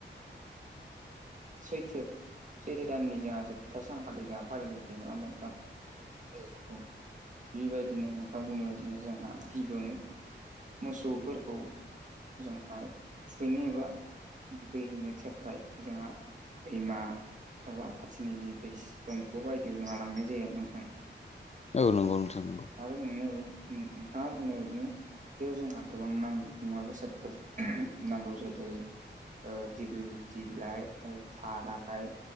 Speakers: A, on the right (about 40°); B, on the left (about 35°).
A: सैथो सैथो दाननि जोंहा जोबथा सानखालि जोंहा फालिनाय जायो नङा होमबा नोंथां औ औ बेबायदिनो नोंथां बुंनाय बायदिनो जोंहा गिबियावनो मोसौफोरखौ जोंहा थुखैनो एबा दुगैहैनो थाखाय ओमफ्राय जोंहा दैमा एबा खाथिनि जि दै दंग बायदियाव जोंहा लांनाय जायो आरोना नोंथां
B: औ नंगौ नोंथां नंगौ
A: आरो नोंनाय बाय नोंथाङा बुंनाय बायदिनो बेयाव जोंहा गोबां नांगौ मुवा बेसादफोर नांगौ जायो जेरै दिगिलिथि बिलाइ थाराय